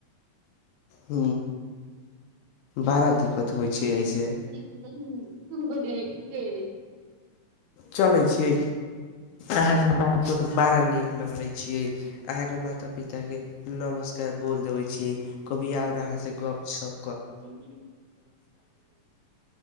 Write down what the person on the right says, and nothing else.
त बइ क ख दे <inaudible>
ठीक